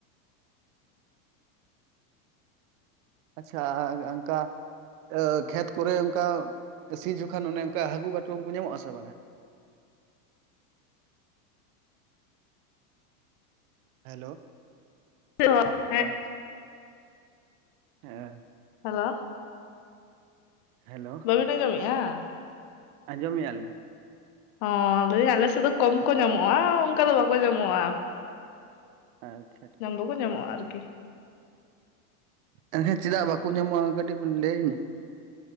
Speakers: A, on the right (about 60°); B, on the left (about 45°).
A: ᱟᱪᱪᱷᱟ ᱟᱻᱚᱝᱠᱟ <inaudible> ᱠᱷᱮᱛ ᱠᱚᱨᱮ ᱚᱱᱠᱟ ᱥᱤ ᱡᱚᱠᱷᱟᱱ ᱚᱱᱮ ᱚᱝᱠᱟ ᱦᱟᱹᱠᱩ ᱠᱟᱴᱠᱚᱢ ᱠᱚ ᱧᱟᱢᱚᱜᱼᱟᱥᱮ ᱵᱟᱝᱼᱟ? ᱦᱮᱞᱳ,
B: <inaudible>
A: ᱟᱪ᱾ ᱦᱮᱸ᱾
B: ᱦᱮᱞᱳ
A: ᱦᱮᱞᱳ
B: ᱵᱤᱱ ᱟᱸᱡᱚᱢᱮᱫᱼᱟ?
A: ᱟᱸᱡᱚᱢ ᱢᱮᱭᱟᱞᱤᱝ ᱾
B: ᱦᱚᱸ ᱞᱟᱹᱭ ᱟᱞᱮ ᱥᱮᱫ ᱫᱚ ᱠᱚᱢ ᱠᱚ ᱧᱟᱢᱚᱜᱼᱟ ᱚᱱᱠᱟ ᱫᱚ ᱵᱟᱠᱚ ᱧᱟᱢᱚᱜᱼᱟ᱾
A: ᱟᱪᱪᱷᱟ᱾
B: ᱧᱟᱢ ᱫᱚᱠᱚ ᱧᱟᱢᱚᱜᱼᱟ ᱟᱨᱠᱤ᱾
A: ᱮᱸ ᱦᱮᱸ ᱪᱮᱫᱟᱜ ᱵᱟᱠᱚ ᱧᱟᱢᱚᱜᱼᱟ ᱠᱟᱹᱴᱤᱡ ᱵᱤᱱ ᱞᱟᱹᱭᱟᱧᱟ?